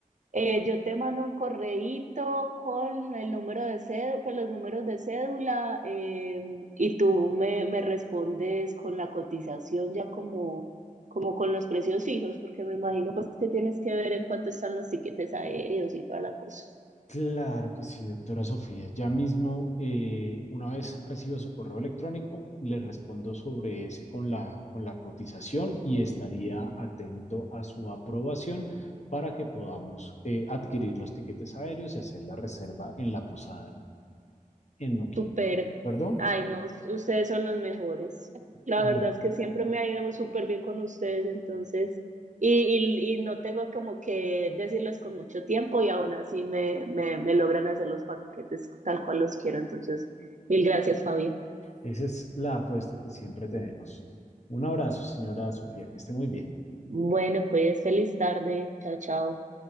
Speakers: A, on the right (about 60°); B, on the left (about 50°).
A: eh, yo te mando un correíto con el número de cédula, pues los números de cédula, em, y tú me, me respondes con la cotización ya como, como con los precios fijos, porque me imagino pues que tienes que ver en cuánto están los tiquetes aéreos y toda la cosa.
B: Claro que sí, doctora Sofía. Ya mismo, eh, una vez reciba su correo electrónico, le respondo sobre ese con la, con la cotización y estaría atento a su aprobación para que podamos eh, adquirir los tiquetes aéreos y hacer la reserva en la posada en Nuquí.
A: Súper.
B: ¿De acuerdo?
A: Ay, no, us- ustedes son los mejores. La
B: Como-
A: verdad es que siempre me ha ido súper bien con ustedes, entonces, y, y, y no tengo como que decirles con mucho tiempo y aún así me, me, me logran hacer los paquetes tal cual los quiero. Entonces, mil gracias, Fabio.
B: esa es la apuesta que siempre tenemos. Un abrazo, señora Sofía, que esté muy bien.
A: Bueno, pues feliz tarde. Chao, chao.